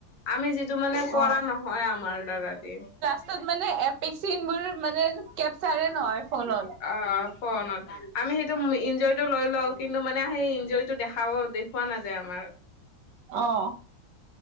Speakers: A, on the left; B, on the right.
A: আমি যিটো মানে
B: অ
A: কৰা নহয় আমাৰ দ্বাৰা দি।
B: পিছত মানে এপিক চিন বোৰ মানে কেপচাৰে নহয় ফোনত।
A: অ, ফ'নত। আমি সেইটো ইঞ্জই টো লৈ লওঁ কিন্তু মানে সেই ইঞ্জই টো দেখাব দে খোৱা নাযায় আমাৰ।
B: অ'।